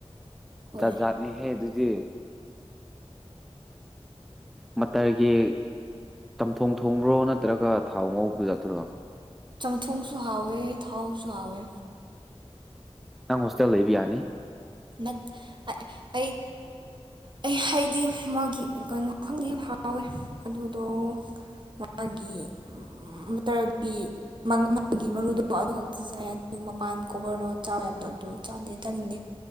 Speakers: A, on the right (about 45°); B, in the centre.
A: ꯍꯣꯏ
B: ꯖꯥꯠ ꯖꯥꯠꯅꯤ ꯍꯦ ꯗꯨꯗꯤ ꯃꯇꯥꯏꯒꯤ ꯆꯝꯊꯣꯡ ꯊꯣꯡꯕ꯭ꯔꯣ ꯅꯠꯇ꯭ꯔꯒ ꯊꯥꯎ ꯉꯧꯎꯕ ꯖꯥꯠꯇꯣꯔꯣ
A: ꯆꯝꯊꯨꯡꯁꯨ ꯍꯥꯎꯋꯦ ꯊꯥꯎꯁꯨ ꯍꯥꯎꯋꯦ
B: ꯅꯪ ꯍꯣꯁꯇꯦꯜ ꯂꯩꯕ ꯌꯥꯅꯤ
A: ꯅꯠ ꯑꯩ ꯑꯩ ꯑꯩ ꯍꯥꯏꯗꯤ ꯃꯥꯒꯤ ꯀꯩꯅꯣ ꯈꯪꯗꯦ ꯌꯥꯝ ꯍꯥꯎꯋꯦ ꯑꯗꯨꯗꯣ ꯃꯥꯒꯤ ꯃꯇꯔꯒꯤ ꯃꯥ ꯃꯥꯒꯤ ꯃꯔꯨꯗꯣ ꯑꯗꯨ ꯈꯛꯇ ꯆꯥꯏ ꯑꯗꯨ ꯃꯄꯥꯟ ꯀꯣꯕꯔꯗꯣ ꯆꯥ ꯌꯕꯗꯣ ꯑꯗꯨ ꯆꯥꯗꯦ ꯆꯥꯅꯤꯡꯗꯦ